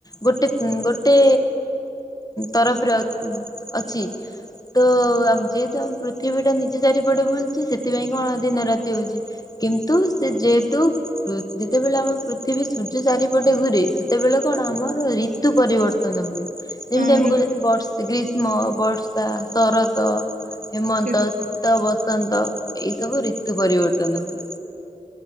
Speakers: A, on the left; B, on the right.
A: ଗୋଟେ ଗୋଟେ ତରଫର ଅଛି। ତ ଆମ୍ ଯେହେତୁ ଆମ୍ ପୃଥିବୀ ଟା ନିଜେ ଚାରିପଟେ ବୁଲୁଛି ସେଥିପାଇଁ କଣ ଦିନ ରାତି ହଉଛି। କିନ୍ତୁ ସେ ଯେହେତୁ ଯେତେବେଳେ ଆମ ପୃଥିବୀ ସୂର୍ଯ୍ୟ ଚାରିପଟେ ଘୁରେ ସେତେବେଳେ କଣ ଆମର ଋତୁ ପରିବ ତ ନ ହୁଏ, ଯେମିତି
B: ହଁ
A: ଆମେ
B: ଋ
A: କହୁଛନ୍ତି ବର୍ଷା ଗ୍ରୀଷ୍ମ, ବର୍ଷା, ଶରତ ହେମନ୍ତ
B: ସେ
A: ସୀତ, ବସନ୍ତ, ଏଇ ସବୁ ଋତୁ ପରିବର୍ତ୍ତନ ହୁଏ।